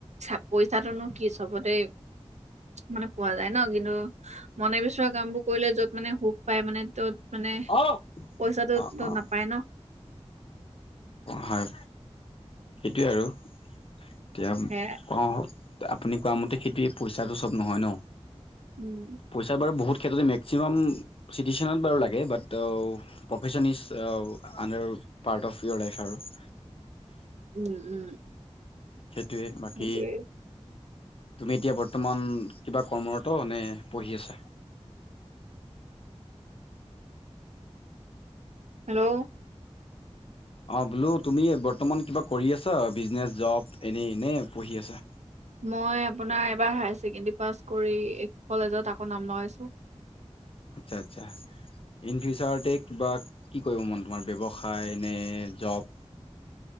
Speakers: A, on the right (about 85°); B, on the left (about 55°).
A: চা পইচাটোনো কি চবতে মানে পোৱা যায় ন কিন্তু মনে বিচৰা কামবোৰ কৰিলে য'ত মানে সুখ পায় মানে ত'ত মানে
B: অ',
A: পইচাটোতো
B: অ',
A: নাপায় ন।
B: হয়, সেইটোৱে আৰু এতিয়া
A: সেয়াই
B: অ, আপুনি কোৱা মতে খেতি, পইচাটো চব নহয় ন।
A: উম,
B: পইচা বাৰু বহুত ক্ষেত্ৰতে মেক্সিমাম চিটিচনত বাৰু লাগে but O profession is, O under part of your life আৰু।
A: উম উম।
B: সেইটোয়ে বাকী
A: সেইটোৱে
B: তুমি এতিয়া বৰ্তমান কিবা কৰ্মৰত নে পঢ়ি আছা?
A: হেল্ল'?
B: অঁ বোলো তুমি বৰ্তমান কিবা কৰি আছা বিজনেছ, জব এনেই নে পঢ়ি আছা?
A: মই আপোনাৰ এবাৰ হায়াৰ ছেকেণ্ডৰী পাছ কৰি কলেজত আকৌ নাম লগাইছো।
B: আচ্ছা আচ্ছা। ইন ফিউচাৰতে কিবা কি কৰিব মন তোমাৰ ব্যৱসায় নে জব? <inaudible>